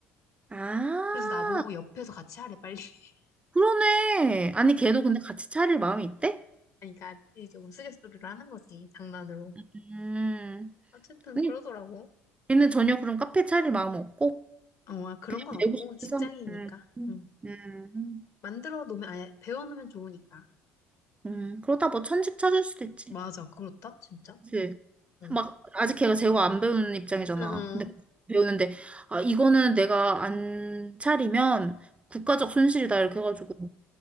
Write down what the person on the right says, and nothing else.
아,
그러네. 아니, 걔도 근데 같이 차릴 마음이 있대?
음,
아니,
걔는 전혀 그런 카페 차릴 마음 없고,
그냥
배우고 싶어서.
음, 음,
음,
음, 그러다 뭐 천직 찾을 수도 있지.
그치?
막, 아직 걔가 제고 안 배우는 입장이잖아.
근데
배우는데, 아, 이거는 내가 안 차리면 국가적 손실이다. 이렇게 해가지고.